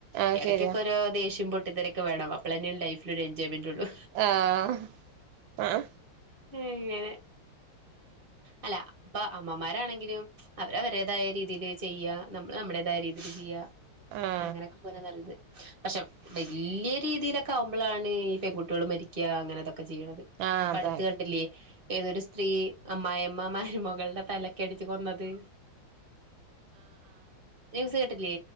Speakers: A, on the right; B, on the right.
A: ആഹ്
B: എടയ്ക്കൊക്കെ
A: ശരിയാ
B: ഓരോ ദേഷ്യം പൊട്ടിത്തെറിം ഒക്കെ വേണം. അപ്പളെന്നെ ലൈഫില് ഒര് എൻജോയ്മെന്റൊള്ളു.
A: ആഹ് ആഹ്
B: ഏഹ് അങ്ങനെ അല്ല ഇപ്പ അമ്മമാരാണെങ്കിലും അവര് അവരേതായ രീതില് ചെയ്യ നമ്മൾ നമ്മുടേതായ രീതീല് ചെയ്യ.
A: ആഹ്.
B: അങ്ങനെയൊക്കെ പോനാ നല്ലത്. പക്ഷെ വല്ല്യ രീതീലൊക്കെ ആവുമ്പളാണ് ഈ പെൺകുട്ട്യള് മരിക്ക അങ്ങനെതൊക്കെ ചെയ്യണത്.
A: ആഹ്
B: ഇപ്പട്ത്ത്
A: അതെ
B: കണ്ടില്ലേ. ഏതൊരു സ്ത്രീ അമ്മായിമ്മ മരുമകളുടെ തലക്കടിച്ച് കൊന്നത്. ന്യൂസ്‌ കേട്ടില്ലേ.